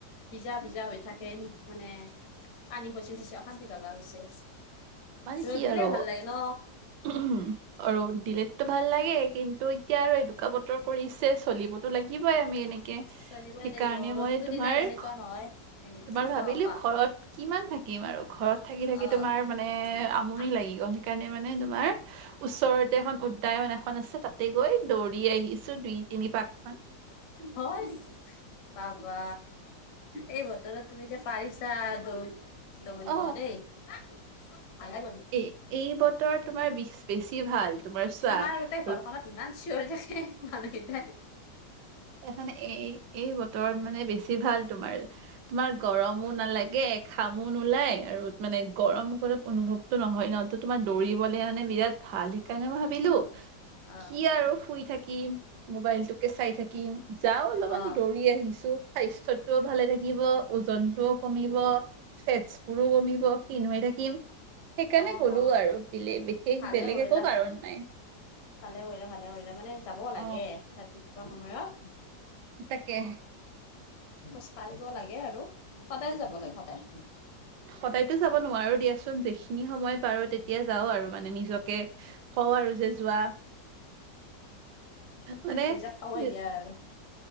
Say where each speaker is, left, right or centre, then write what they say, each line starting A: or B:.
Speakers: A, on the left (about 55°); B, on the right (about 75°).
A: ভিজা ভিজা হৈ থাকে এনে মানে। পানী খচি খচি অশান্তি লগা হৈছে।
B: মানে কি
A: ৰ'দ দিলে
B: আৰু
A: ভাল লাগে ন
B: উম, আৰু দিলেটো ভাল লাগে কিন্তু এতিয়া আৰু এইটো বতৰ কৰিছে চলিবতো লাগিবই আমি এনেকে।
A: চলিবই
B: সেইকাৰণে
A: লাগিব ৰ'দটো
B: মই তোমাৰ
A: দিলে যেনেকুৱা নহয়
B: তোমাৰ ভাবিলোঁ,
A: অ কোৱা
B: ঘৰত কিমান থাকিম আৰু ঘৰত থাকি-থাকি
A: অ
B: তোমাৰ মান মে আমনি
A: আহ
B: লাগি গ'ল, সেইকাৰণে মানে তোমাৰ ওচৰতে এখন উদ দায়ন, এখন আছে, তাতে গৈ দৌৰি আহিছোঁ দুই তিনিপাক মান।
A: হয় নেকি? বা এই বতৰত তুমি যে পাৰিছা, দৌ দৌৰিব
B: অ
A: দেই। <unintelligible>
B: এই এই বতৰ তোমাৰ বেছি ভাল। তোমাৰ চোৱা
A: আমাৰ গোটেই ঘৰখনত ইমান চিঞৰি থাকে মানুহ কেইটাই।
B: এ মানে এই-এই বতৰত মানে বেছি ভাল তোমাৰ তোমাৰ গৰমো নালাগে। গে ঘামো নোলাই আৰু মানে গৰম গৰম অনুভৱটো নহয় ন। তোমাৰ দৌৰিবলে মানে বিৰাট ভাল, সেইকাৰণে মই ভাবিলো
A: অ
B: কি আৰু শুই থাকিম মোবাইলটোকে চাই থাকিম যাও অলপমান
A: অ
B: দৌৰোঁ। আহিছো স্বাস্থ্যতটোও ভালে থাকিব, ওজনটোও কমিব।
A: উম
B: ফেটচ বোৰোঁ কমিব ক্ষীণ হৈ থাকিম। সেইকাৰণে
A: অ
B: গ'লো
A: হ
B: আৰু বিলে বিশেষ
A: ভালে
B: বেলেগ
A: কৰিলা
B: একো কাৰণ নাই।
A: ভালে কৰিলা ভালে কৰিলা মানে যাব
B: অ
A: লাগে। ৰাতিপুৱা সময়ত,
B: তাকে
A: খোজ কাঢ়িব লাগে আৰু সদায় যাব লাগে সদায়।
B: সদায়তো যাব নোৱাৰো দিয়াচোন যিখিনি সময় পাৰো তেতিয়া যাও আৰু মানে নিজকে কওঁ আৰু যে যোৱা। মানে
A: নিজক সময়
B: কি-
A: দিয়া আৰু।